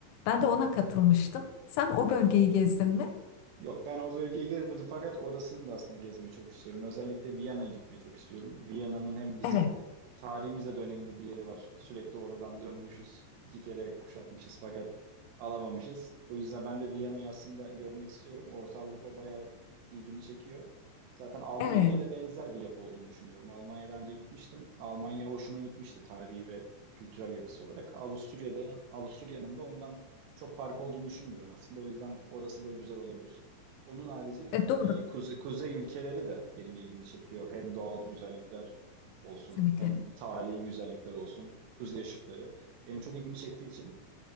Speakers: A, on the left; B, on the right.
A: Ben de ona katılmıştım. Sen o bölgeyi gezdin mi?
B: Yok ben o bölgeyi gezmedim fakat orasını da aslında gezmeyi çok istiyorum. Özellikle Viyana'ya gitmeyi çok istiyorum. Viyana'nın hem bizim
A: Evet,
B: tarihimize de önemli bir yeri var. Sürekli oradan dönmüşüz. iki kere kuşatmışız fakat alamamışız. O yüzden ben de Viyana'yı aslında görmek istiyorum. Orta Avrupa bayağı ilgimi çekiyor. Zaten Almanya'ya
A: evet.
B: da benzer bir yapı olduğunu düşünüyorum. Almanya'dan önce gitmiştim. Almanya hoşuma gitmişti tarihi ve kültürel yapısı olarak. Avusturya'da, Avusturya'nın da ondan çok farkı olduğunu düşünmüyorum aslında. O yüzden orası da güzel olabilir. Onun harici
A: E, doğru,
B: e, kuze- kuzey ülkeleri de benim ilgimi çekiyor. Hem doğal güzellikler olsun,
A: kesinlikle.
B: hem tarihi güzellikler olsun, kuzey ışıkları. Benim çok ilgimi çektiği için